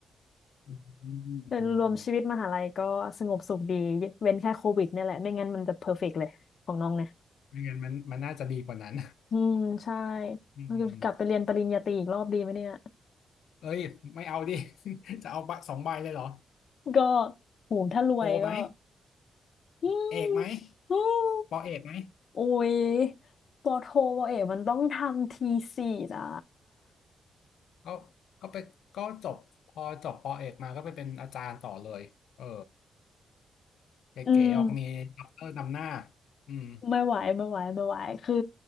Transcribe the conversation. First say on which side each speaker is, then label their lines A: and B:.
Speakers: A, on the left (about 80°); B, on the left (about 50°).
A: อืมอืมอืม
B: โดยรวมชีวิตมหาลัยก็สงบสุขดีเว้นแค่โควิดเนี่ยแหละไม่งั้นมันจะเพอร์เฟกต์เลยของน้องเนี่ย
A: ไม่งั้นมันมันน่าจะดีกว่านั้น
B: อืมใช่
A: อืม
B: กลับไปเรียนปริญญาตรีอีกรอบดีไหมเนี่ย
A: เอ้ยไม่เอาดิ <laughs> จะเอาใบสองใบเลยเหรอ
B: ก็โหถ้ารวยก็
A: โทไหม
B: <laughs> อืม
A: เอกไหม
B: อืม
A: ปอเอกไหม
B: โอ้ยปอโทปอเอกมันต้องทำทีสี่นะ
A: ก็ก็ไปก็จบพอจบปอเอกมาก็ไปเป็นอาจารย์ต่อเลย เออเก๋ๆออกมีด็อกเตอร์นำหน้า
B: อืม
A: อืม
B: ไม่ไหวไม่ไหวไม่ไหวคือ